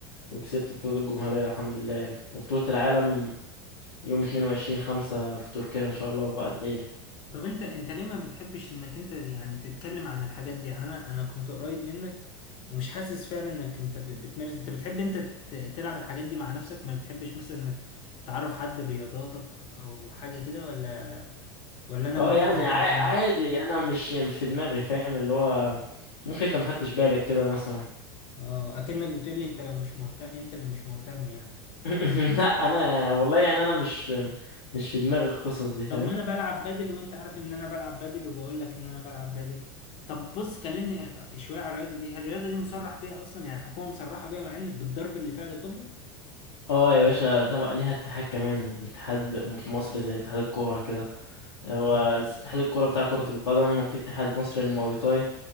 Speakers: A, on the left (about 85°); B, on the left (about 45°).
A: وكسبت بطولة الجمهورية الحمد لله يعني وبطولة العالم يوم اتنين وعشرين خمسة في تركيا إن شاء الله وبعد إيلي
B: طب انت انت ليه ما بتحبش انك انت يعني تتكلم عن الحاجات دي يعني انا انا كنت قريب منك ومش حاسس فعلا انك انت ب- بتمارس انت بتحب انت ت- تلعب الحاجات دي مع نفسك ما بتحبش مثلا انك تعرف حد رياضاتك او حاجة كده ولا ولا انا
A: اه
B: اللي مركز
A: يعني
B: الكلام
A: ع-
B: ده
A: عادي أنا مش مش في دماغي فاهم اللي هو ممكن أنت مخدتش بالك كده مثلا
B: اه اكنك بتقول لي انت لو مش مهتم انت اللي مش مهتم يعني
A: <laughs> لا أنا والله يعني أنا مش مش في دماغي القصص دي فاهم
B: طب ما انا بلعب بادل وانت عارف ان انا بلعب بادل وبقول لك ان انا بلعب بادل طب بص كلمني شوية على الرياضة دي هل الرياضة دي مصرح بيها اصلا يعني الحكومة مصرحة بيها مع ان بالضرب اللي فيها ده كله
A: اه يا باشا تبع ليها اتحاد كمان اتحاد م- مصري زي اتحاد الكورة كده هو
B: اه.
A: اتحاد الكرة بتاع كرة القدم هو في اتحاد مصري للمواي تاي